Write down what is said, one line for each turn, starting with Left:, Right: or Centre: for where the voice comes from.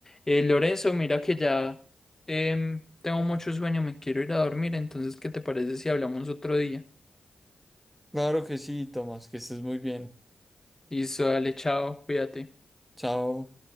Left: eh, Lorenzo, mira que ya em, tengo mucho sueño, me quiero ir a dormir, entonces, ¿qué te parece si hablamos otro día?
Centre: Claro que sí, Tomás, que estés muy bien.
Left: Listo, dale, chao, cuídate.
Centre: Chao.